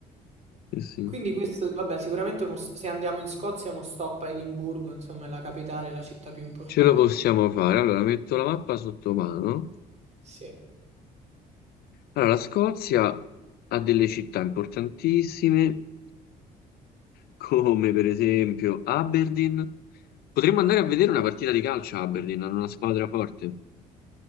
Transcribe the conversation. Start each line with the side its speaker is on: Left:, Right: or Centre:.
Left: Sì, sì.
Right: Quindi questo, vabbè, sicuramente uno- se andiamo in Scozia uno stop a Edimburgo, insomma, è la capitale, la città più importante.
Left: Ce lo possiamo fare. Allora, metto la mappa sotto mano.
Right: Sì.
Left: Allora, la Scozia ha delle città importantissime, come per esempio Aberdeen. Potremmo andare a vedere una partita di calcio a Aberdeen, hanno una squadra forte.